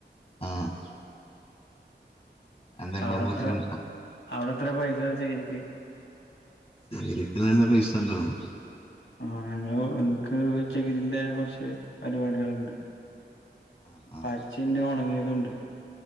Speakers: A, on the left; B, on the left.
A: ആഹ് എന്താ ഇങ്ങളെ
B: അവ്ടെത്രെ
A: വീട്ടിലുണ്ടോ
B: അവിടെ എത്ര പൈസ ചെകിരിക്ക്
A: ചകിരിക്ക് നല്ല പൈസ ഉണ്ടാവും
B: ആഹ് ഞങ്ങള് നിക്ക് ചകിരിന്റെ കോറച്ച് പരിപാടികള്ണ്ട്
A: ആഹ് ആഹ്
B: പച്ചഇണ്ട് ഉണങ്ങിയ തുണ്ട്